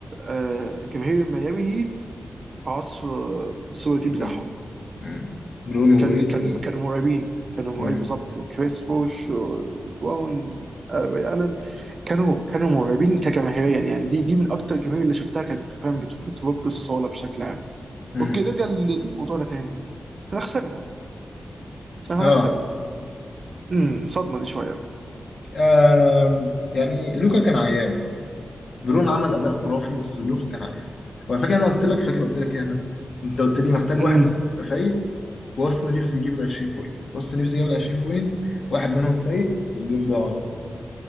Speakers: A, on the right (about 55°); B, on the left (about 65°).
A: آه جماهير ميامي هيت في عصر آه، السواتي
B: برون
A: بتاعهم
B: مم. برون وويد
A: كان كان
B: و...
A: كانوا مرعبين كانوا مرعبين
B: مم.
A: بالظبط كريس بوش وبراون آه، ري الن كانوا كانوا مرعبين كجماهيريا يعني دي دي من اكتر الجماهير اللي شفتها كانت فعلا بت- بترب الصاله بشكل عام
B: مم.
A: اوكي نرجع للموضوعنا تاني احنا خسرنا احنا
B: أه
A: خسرنا امم صدمه دي شويه
B: آم، يعني لوكا كان عيان برون عمل أداء خرافي بس لوكا كان عيان وعلى فكرة أنا قلت لك فاكر قلت لك إيه أنا أنت قلت لي محتاج
A: امم
B: واحد منهم يبقى فايق واستون ريفز يجيب ال 20 بوينت واستون ريفز جاب ال 20 بوينت واحد منهم فايق والجيم ضاع اهو